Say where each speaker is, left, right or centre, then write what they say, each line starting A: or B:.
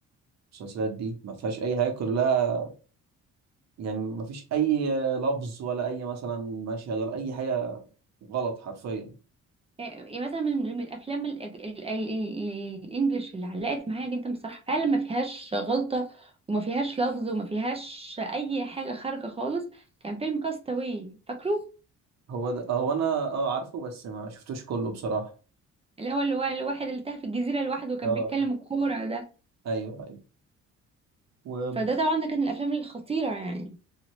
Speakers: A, on the right (about 60°); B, on the right (about 20°).
A: المسلسلات دي ما فيهاش اي حاجه كلها يعني ما فيش اي لفظ ولا اي مثلا مشهد ولا اي حاجه غلط حرفيا
B: إيه مثلا من من الافلام ال- ال- ال- ال- الانجليش اللي علقت معايا جدا بصراحه فعلا ما فيهاش غلطه وما فيهاش لفظ وما فيهاش اي حاجه خارجه خالص كان فيلم كاستاوي فاكره
A: هو ده هو انا اه عارفه بس ما شفتوش كله بصراحه
B: اللي هو اللي هو الواحد اللي تاه في الجزيره لوحده وكان
A: اه
B: بيتكلم الكوره ده
A: ايوه ايوه وفي
B: فده طبعا ده كان من الافلام الخطيره يعني